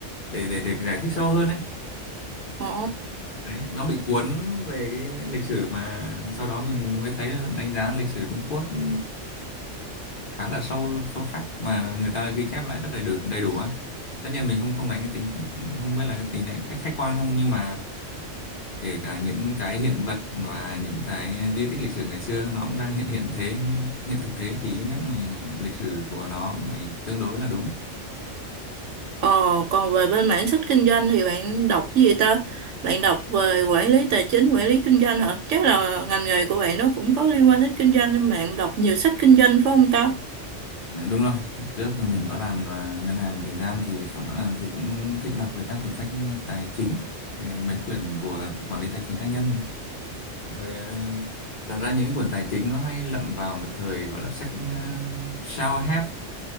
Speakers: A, on the left; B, on the right.
A: để để, để giải thích sâu hơn ấy
B: ồ
A: đấy, nó bị cuốn về cái lịch sử mà sau đó mình mới thấy là đánh giá lịch sử Trung Quốc ừ, khá là sâu sâu sắc mà người ta ghi chép lại rất đầy đủ đầy đủ á tất nhiên mình không không đánh cái tính không biết là cái tính đánh khách khách quan không nhưng mà kể cả những cái hiện vật và những cái di tích lịch sử ngày xưa nó cũng đang hiện hiện thế hiện thực thế thì ít nhất mình lịch sử của nó phải tương đối là đúng
B: Ờ, còn về bên mảng sách kinh doanh thì bạn đọc cái gì ta? Bạn đọc về quản lý tài chính, quản lý kinh doanh hả? Chắc là ngành nghề của bạn nó cũng có liên quan đến kinh doanh nên bạn đọc nhiều sách kinh doanh phải không ta?
A: Ờ, đúng rồi trước mình có làm à, ngân hàng một thời gian thì sau đó là thì cũng thích đọc về các cuốn sách tài chính về mấy quyển của quản lý tài chính cá nhân này Rồi ờ, thật ra những cái quyển tài chính nó hay lậm vào một thời gọi là sách ờ, self help